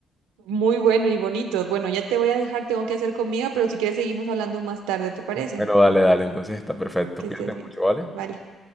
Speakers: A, on the right; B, in the centre.
A: Muy bueno y bonito. Bueno, ya te voy a dejar, tengo que hacer comida, pero si quieres seguimos hablando más tarde, ¿te parece?
B: Bueno, dale, dale, entonces está perfecto,
A: Que
B: cuídate
A: estés
B: mucho,
A: bien.
B: ¿vale?
A: Vale.